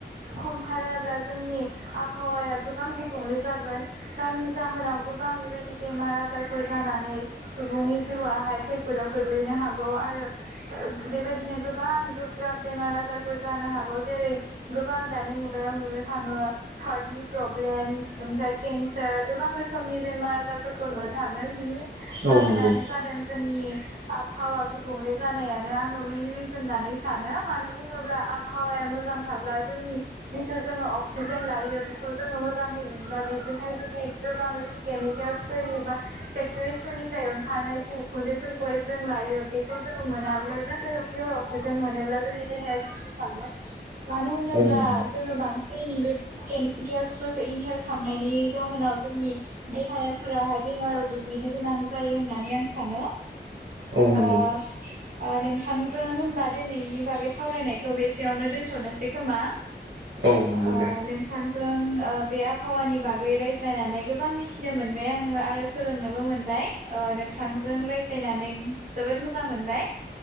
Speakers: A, on the right (about 45°); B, on the right (about 90°).
A: खम खालामब्ला ज जोंनि आबहावाया गोबां गुबुंले जागोन जायनि जाहोनाव गोबां बेबायदि बेमार आजारफोर जानानै सुबुंनि जिवाहाय खैफोदाव गोग्लैनो हागौ आरो ओ गो बेबायदिनो गोबां गोब्राब बेमार आजारफोर जानो हागौ जेरै गोबां दानि मुगायाव नुनो थाङो हार्टनि प्रब्लेम ओमफ्राय केन्सार गोबां रोखोमनि बेमार आजारफोरखौ नुनो थाङो बिनि जाहोनानो
B: औ नंगौ
A: जादों जोंनि आबहावा गुबुंले जानायानो आङो मेन रिजोन होननानै सानो मानो बुङोब्ला आबहावाया मोजां थाब्ला जोंनि जिटु जोङो अक अक्सिजेन लायो बेखौ जोङो मोजाङै मोनोबा बेजोंहाय जुदि गोबां बेबायदि केमिकेल्सफोरनि बा फेक्ट'रिसफोरनिफ्राय ओंखारनाय जि उखुन्दैफोरखौहाय जों लायो बेखौ जोङो मोनाब्ला <unintelligible> जिउआव पियर अक्सिजेन मोनोब्ला जोंनि देहाया थागोन मानो होनोब्ला
B: औ नंगौ
A: जोङो बांस जिं बेब केम कियेल्सफोरखो इनिहेल खामनायनि जाहोनाव जोंनि देहाफोराहाय बेमाराव गोग्लैनो गोनां जायो होननानै आं सानो
B: औ
A: ओ
B: नंगौ
A: ओ नोंथांजों होनबा दिनैनि बागै सावरायनायखौ बेसेयावनो दोनथ'नोसै खोमा?
B: औ नंगौ
A: ओ
B: दे
A: नोंथांजों ओ बे आबहावानि बागै रायज्लायनानै गोबां मिथिनो मोनबाय आङो आरो सोलोंनोबो मोनबाय ओ नोंथांजों रायज्लायनानै जोबोद मोजां मोनबाय